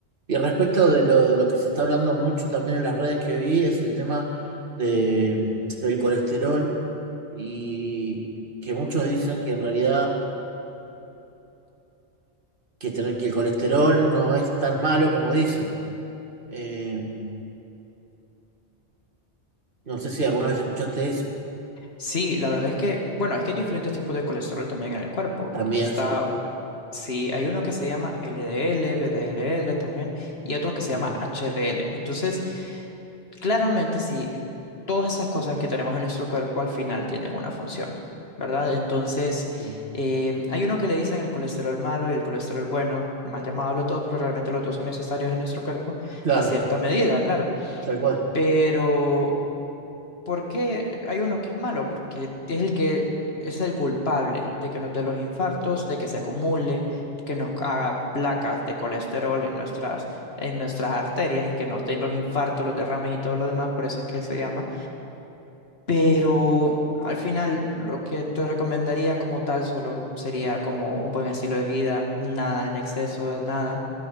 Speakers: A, on the right (about 50°); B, on the left (about 65°).
A: Y respecto de lo, de lo que se está hablando mucho también en las redes que vi, es el tema de, mm, del colesterol y que muchos dicen que en realidad que, tener, que el colesterol no es tan malo como dicen. Eh, no sé si alguna vez escuchaste eso.
B: Sí, la verdad es que, bueno, es que hay diferentes tipos de colesterol también en el cuerpo.
A: También,
B: Está,
A: sí,
B: sí, hay uno que se llama LDL, VDLL también, y otro que
A: sí.
B: se llama HDL. Entonces, Claramente sí, todas esas cosas que tenemos en nuestro cuerpo al final tienen una función, ¿verdad? Entonces,
A: sí.
B: eh, hay uno que le dicen el colesterol malo y el colesterol bueno, mal llamados los dos, pero realmente los dos son necesarios en nuestro cuerpo
A: Claro,
B: a cierta medida, claro.
A: tal cual.
B: Pero ¿Por qué hay uno que es malo? Porque es el que es el culpable de que nos dé los infartos, de que se acumule, que nos haga placas de colesterol en nuestras, en nuestras arterias y que nos den los infartos, los derrames y todo lo demás, por eso es que se llama. Pero al final lo que te recomendaría como tal solo sería como un buen estilo de vida, nada en exceso, nada.